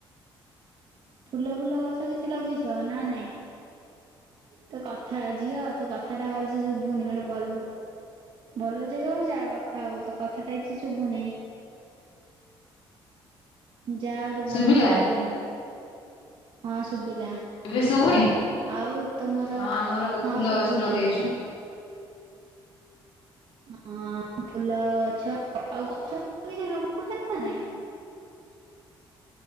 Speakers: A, on the right (about 60°); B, on the left (about 80°).
A: ଫୁଲ ଫୁଲ ଗଛ କିଛି ଲଗେଇଛ ନା ନାଇଁ? ତୋ କଥା ଝିଅ ତୋ କଥାଟା ଭଲସେ ସୁଭୁନି ଗୋଟେ ଭଲ୍ ଭଲ ଯେଗାକୁ ଯା, କଥା ହବୁ ତୋ କଥାଟା କିଛି ଶୁଭୁନାହିଁ। ଯା ଗୋଟେ ଭଲ
B: ଶୁଭିଲା
A: ଯେଗା କୁ। ହଁ ଶୁବିଲା,
B: ଏବେ ଶୁଭୁନି
A: ଆଉ ତମର
B: ହଁ ଆମର
A: ହଁ
B: ଫୁଲ
A: ଶୁଭୁଚି।
B: ଗଛ ଲଗେଇଛୁ
A: ହଁ ଫୁଲ ଗଛ ଆଉ ଗଛ କିଛି ଲଗଉଛନ୍ତି ନା ନାଇଁ।